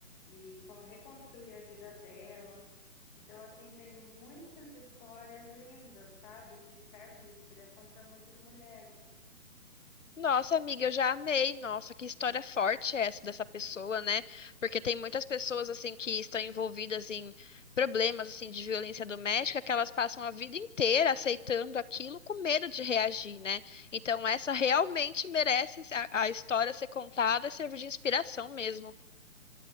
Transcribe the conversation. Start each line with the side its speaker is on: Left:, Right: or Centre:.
Centre: e con- reconstruir a vida dela. Então, assim, tem muitas histórias lindas, sabe? Que servem de inspiração para muitas mulheres.
Left: Nossa, amiga, eu já amei. Nossa, que história forte é essa dessa pessoa, né? Porque tem muitas pessoas assim que estão envolvidas em problemas assim de violência doméstica que elas passam a vida inteira aceitando aquilo com medo de reagir, né? Então essa realmente merece a, a história ser contada e servir de inspiração mesmo.